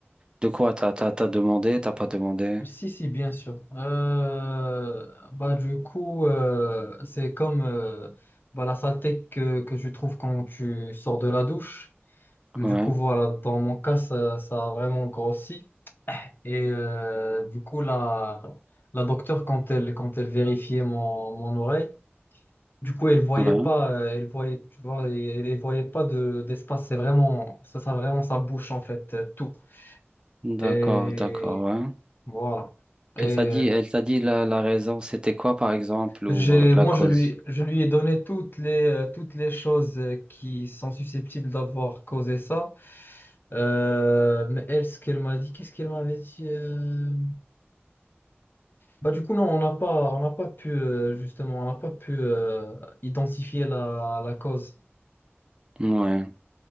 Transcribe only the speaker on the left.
Si, si, bien sûr. Euh, bah, du coup, euh, c'est comme euh, bah, la saleté que, que tu trouves quand tu sors de la douche. Mais
du coup, voilà, dans mon cas, ça, ça a vraiment grossi. Et euh, du coup, la, la docteure, quand elle, quand elle vérifiait mon, mon oreille, du coup, elle voyait
pas, euh, elle voyait, tu vois, elle, elle voyait pas de, d'espace. C'est vraiment, ça, ça vraiment sa bouche, en fait, euh, tout.
Et
voilà.
Et euh,
j'ai,
moi,
je lui, je lui ai donné toutes les, euh, toutes les choses euh, qui sont susceptibles d'avoir causé ça. Euh, mais elle, ce qu'elle m'a dit, qu'est-ce qu'elle m'avait dit? euh, Bah, du coup, non, on n'a pas, on n'a pas pu, euh, justement, on n'a pas pu euh, identifier la, la cause.